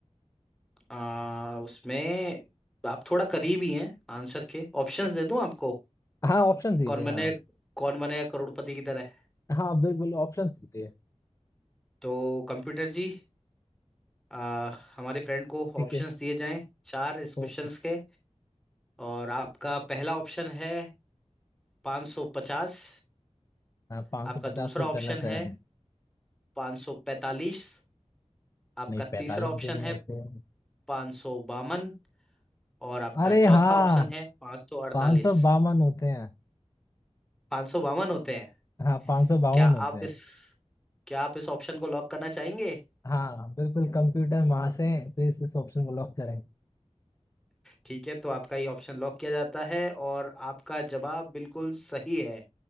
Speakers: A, in the centre; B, on the left.
A: आ, उसमें आप थोड़ा करीब ही हैं आंसर के ऑप्शंस दे दूं आपको
B: हाँ ऑप्शन दीजिए
A: कौन बने
B: हाँ
A: कौन बनेगा करोड़पति की तरह
B: हाँ आप बिल्कुल ऑप्शन दीजिए
A: तो कंप्यूटर जी आ, हमारे फ्रेंड को
B: ठीक
A: ऑप्शंस
B: है
A: दिए जाएं चार इस क्वेश्चंस
B: वो
A: के और आपका पहला ऑप्शन है 550
B: हाँ पाँच
A: आपका
B: सौ पचास
A: दूसरा
B: तो
A: ऑप्शन
B: गलत
A: है
B: है
A: 545 आपका
B: नहीं पैतालीस
A: तीसरा ऑप्शन
B: भी नहीं
A: है
B: होते
A: 552 और आपका
B: अरे
A: चौथा
B: हाँ
A: ऑप्शन है 548
B: पाँच सौ बावन होते हैं
A: 552 होते हैं
B: हाँ पाँच सौ बावन
A: क्या
B: होते
A: आप
B: हैं
A: इस क्या आप इस ऑप्शन को लॉक करना चाहेंगे
B: हाँ बिल्कुल कंप्यूटर महाशय प्लीज इस ऑप्शन को लॉक करें
A: ठीक है तो आपका ये ऑप्शन लॉक किया जाता है और आपका जवाब बिल्कुल सही है